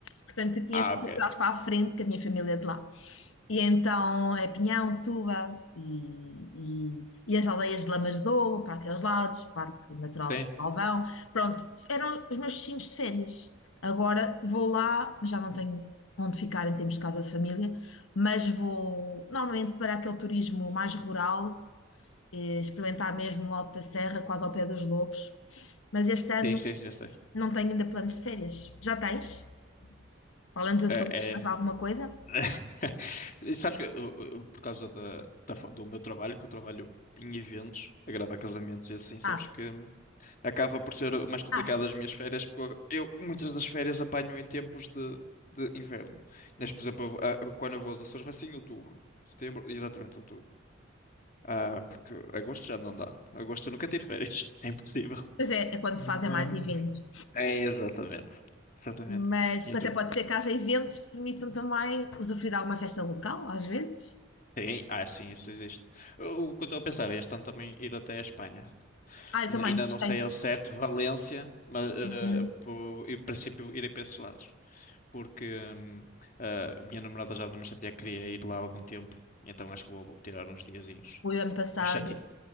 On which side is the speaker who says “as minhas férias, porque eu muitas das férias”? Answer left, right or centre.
Left